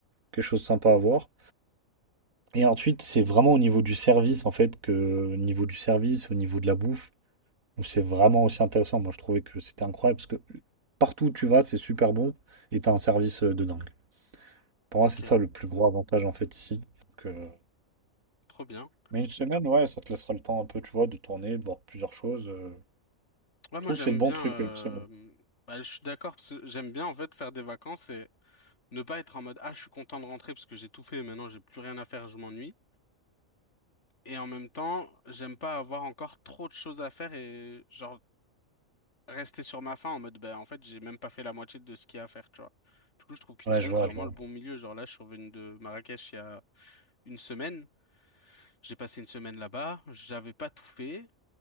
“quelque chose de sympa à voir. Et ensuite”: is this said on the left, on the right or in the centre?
Right